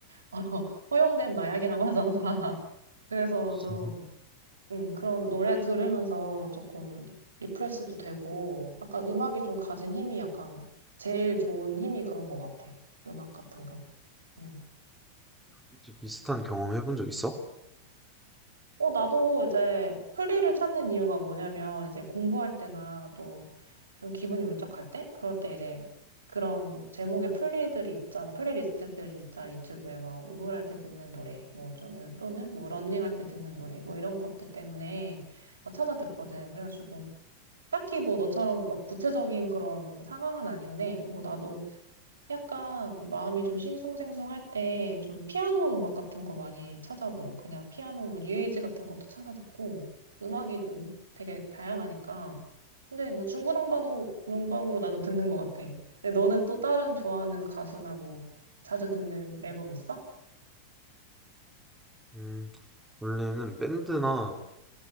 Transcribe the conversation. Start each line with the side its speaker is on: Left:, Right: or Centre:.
Right: <laughs> 허용된 마약이라고 하잖아. <laughs> 그래서 좀
Centre: 음.
Right: 음, 그런 노래 들으면서 조금 리프레시도 되고, 약간 음악이 좀 가진 힘이 약간 제일 좋은 힘이 그런 것 같아. 음악 같은 거. 음.
Centre: 혹시 비슷한 경험 해본 적 있어?
Right: 어, 나도 이제 플리를 찾는 이유가 뭐냐면, 이제 공부할 때나 또 좀 기분이 울적할 때? 그럴 때 이제 그런 제목의 플리들이 있잖아. 플레이리스트들이 있잖아. 유튜브에 막 우울할 때 듣는 노래, 뭐 저는 또는 뭐 러닝할 때 듣는 노래, 뭐 이런 것들 때문에 어, 찾아 듣거든. 그래가지고. 딱히 뭐 너처럼 막 구체적인 그런 상황은 아닌데, 뭐 나도 약간 마음이 좀 싱숭생숭할 때 좀 피아노 음악 같은 거 많이 찾아 들어. 그냥 피아노 뭐 뉴에이지 같은 것도 찾아 듣고, 음악이 좀 되게 다양하니까. 근데 뭐 중구난방으로 난방으로 나도 듣는 것 같아. 근데 너는 또 다른 좋아하는 가수나 뭐 자주 듣는 앨범 있어?
Centre: 음, 원래는 밴드나